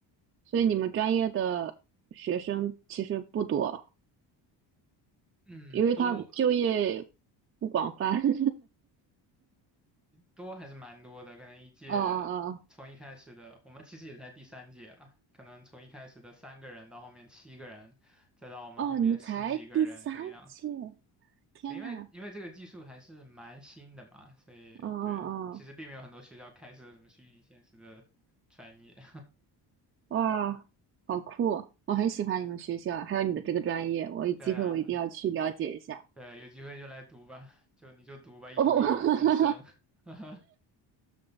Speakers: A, on the right; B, in the centre.
A: 所以你们专业的学生其实不多，
B: 嗯，
A: 因为他就业
B: 多。
A: 不广泛。<laughs>
B: 多还是蛮多的，可能一届从一开始的，
A: 哦哦
B: 我们其实也才第三届了，可能从一开始的三个人到后面七个人，再到我们后面十几个人这个样子。
A: 哦，哦，你们才第三届，天呐，
B: 因为因为这个技术还是蛮新的嘛，所以对，
A: 哦哦
B: 其实并没有很多学校开设什么虚拟现实的专业。<laughs>
A: 哦，哇，好酷哦！我很喜欢你们学校，还有你的这个专业，我有机会我一定要去了解一下。
B: 对啊对啊，有机会就来读吧，就你就读吧，一读一个不吱声。
A: <laughs> 哦，
B: <laughs>